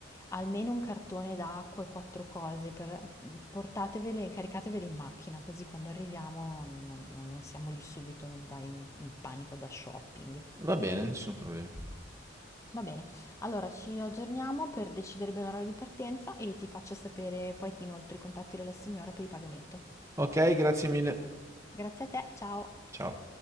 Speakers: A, on the left; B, on the right.
A: almeno un cartone d'acqua e 4 cose per mhmm, portatevele caricatevele in macchina, così quando arriviamo non non non siamo lì subito ad andare in in panico da shopping.
B: Va bene, nessun problema.
A: Va bene, allora ci aggiorniamo per decidere bene l'orario di partenza e ti faccio sapere poi ti inoltro i contatti della signora per il pagamento.
B: Ok, grazie mille.
A: Grazie a te, ciao.
B: Ciao.